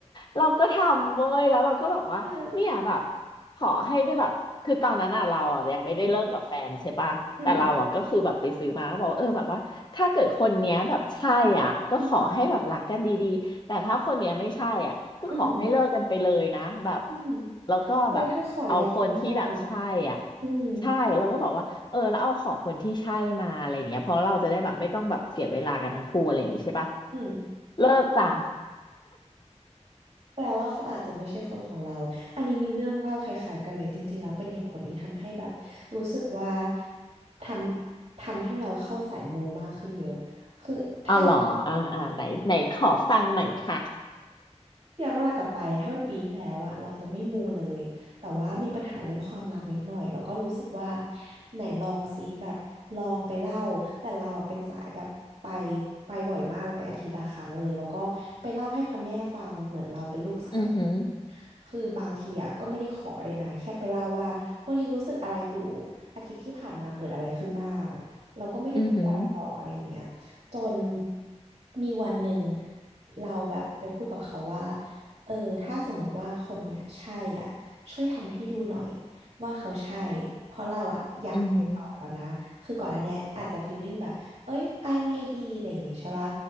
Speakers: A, on the left; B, on the right.
A: เราก็ทำเว้ยแล้วเราก็บอกว่าเนี่ยแบบ
B: ออา
A: ขอให้ได้แบบคือตอนนั้นอ่ะเราอ่ะยังไม่ได้เลิกกับแฟนใช่ปะแต่เราอ่ะก็คือแบบไปซื้อมาก็บอกว่าเออแบบว่าถ้าเกิดคนเนี้ยแบบใช่อ่ะก็ขอให้แบบรักกันดีๆแต่ถ้าคนเนี้ยไม่ใช่อ่ะก็ขอให้เลิกกันไปเลยนะแบบ
B: อืมอืมอืมอืม
A: แล้วก็แบบเอาคนที่แบบใช่อ่ะ
B: เฮ้ยถ้าขอแรงมากอืม
A: ใช่เราก็บอกว่าเออแล้วเอาขอคนที่ใช่มาอะไรอย่างเงี้ยเพราะเราจะได้แบบไม่ต้องแบบเสียเวลากันทั้งคู่อะไรอย่างงี้ใช่ปะ
B: อืม
A: เลิกจ้ะ
B: แปลว่าเขาอาจจะไม่ใช่คนของเราอันนี้มีเรื่องเล่าคล้ายๆกันเลยจริงๆแล้วเป็นเหตุผลที่ทำให้แบบรู้สึกว่าทำทำให้เราเข้าสายมูมากขึ้นเยอะคือถ้า
A: เอาเหรออ่าอ่าไหนไหนขอฟังหน่อยค่ะ
B: พี่ย้อนเวลากลับไปถ้าเป็นปีที่แล้วอะเราจะไม่มูเลยแต่ว่ามีปัญหาเรื่องความรักนิดหน่อยแล้วก็รู้สึกว่าไหนลองซิแบบลองไปเล่าแต่เราอะเป็นสายแบบไปไปบ่อยมากเราไปอาทิตย์ละครั้งเลยแล้วก็ไปเล่าให้พ่อแม่ฟังเหมือนเราเป็นลูกสาว
A: อือหือ
B: คือบางทีอ่ะก็ไม่ได้ขอเลยนะแค่ไปเล่าว่าวันนี้รู้สึกอะไรอยู่อาทิตย์ที่ผ่านมาเกิดอะไรขึ้นบ้างเราก็ไม่ได้พูดอะไรต่ออะไรอย่างเงี้ย
A: อือหือ
B: จนมีวันหนึ่งเราแบบไปพูดกับเขาว่าเออถ้าสมมติว่าคนเนี้ยใช่อ่ะช่วยทำให้ดูหน่อยว่าเขาใช่เพราะเราอ่ะอยากไปต่อแล้วนะคือก่อนอันเนี้ยอาจจะฟีลลิ่งแบบ
A: อือหือ
B: เอ้ยเอาไงดีอะไรอย่างงี้ใช่ปะ